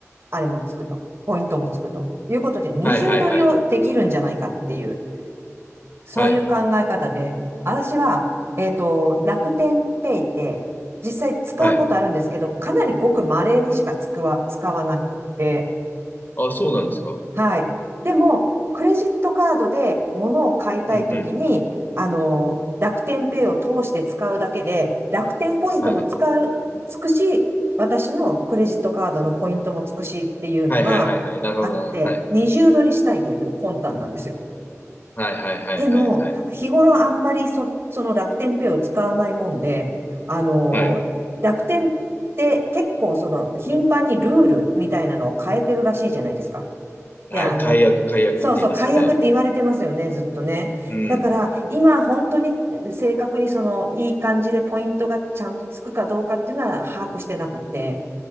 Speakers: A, on the right; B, on the left.
A: あれもつくと、ポイントもつくということで、二重取りをできるんじゃないかっていう、
B: はい。はい。はい。
A: そういう考え方で、
B: はい。
A: 私は、えっと、楽天ペイって、実際使うことあるんですけど、
B: はい。
A: かなりごく稀にしか使わ、使わなくて、
B: あ、そうなんですか。
A: はい。でも、クレジットカードで物を買いたいときに、
B: うん。うん。
A: あの、楽天ペイを通して使うだけで、楽天ポイントも使う、
B: はい。
A: つくし、私のクレジットカードのポイントもつくしっていうのがあって、
B: はい。はい。はい。はい。なるほど、なるほど。はい。
A: 二重取りしたいという魂胆なんですよ。
B: はい。はい。はい。
A: でも、
B: はい。はい。
A: 日頃あんまりそ、その楽天ペイを使わないもんで、あの、
B: はい。
A: 楽天って結構その頻繁にルールみたいなのを変えてるらしいじゃないですか。
B: はい。
A: で、あの、
B: 解約、解約って言いますよね。
A: そうそう、解約って言われてますよね、ずっとね。
B: うん。
A: だから、今本当に正確にその、いい感じでポイントがちゃんとつくかどうかっていうのは把握してなくて。